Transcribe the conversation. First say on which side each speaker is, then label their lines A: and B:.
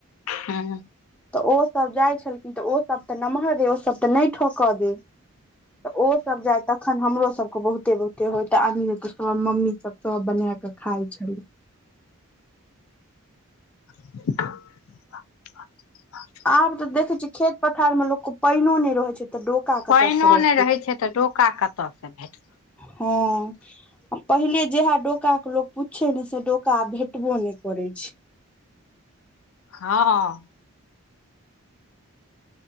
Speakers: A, on the left (about 70°); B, in the centre.
A: हँ।
B: तऽ ओसभ जाइ छलखिन तऽ ओसभ तऽ नमहर रे ओसभ तऽ नहि ठीकऽ दे तऽ ओ सभ जाय तखन हमरो सभ सभ के बहुते बहुते होय आदमी सभ मम्मी सभ सभ बना क खाय छले
A: <inaudible>
B: आब तऽ देखे छियै खेत पथार मे लोक के पाइनो नहि रहे छै तऽ डोका
A: पानिओ
B: कतऽ से रह
A: रहै छै तऽ डोका क ओत से भेटत
B: हँ पहिले जेहा डोका के लोक पूछ ने से डोका भेटबोनि करै छै
A: हँ